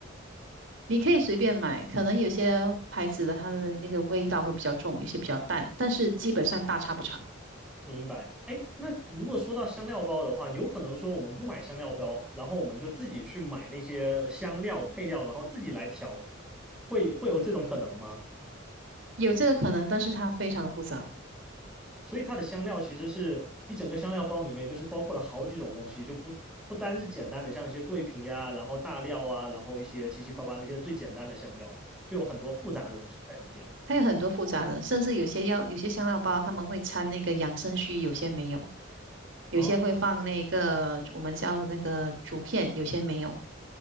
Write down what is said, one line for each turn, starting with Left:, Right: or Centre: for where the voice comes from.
Right: 你可以随便买，可能有些牌子的它的这个味道会比较重，有些比较淡，但是基本上大差不差，
Centre: 明白。哎，那如果说到香料包的话，有可能说我们不买香料包，然后我们就自己去买那些香料配料，然后自己来调，会会有这种可能吗？
Right: 有这个可能，但是它非常的复杂。
Centre: 所以它的香料其实是一整个香料包里面，就是包括了好几种东西，就不不单是简单的像一些桂皮呀、啊然后大料啊，然后一些七七八八那些最简单的香料，就有很多复杂的东西在里面。
Right: 它有很多复杂的，甚至有些药，有些香料包他们会掺那个养生须，有些没有，有些会放那个我们叫那个竹片，
Centre: 啊
Right: 有些没有。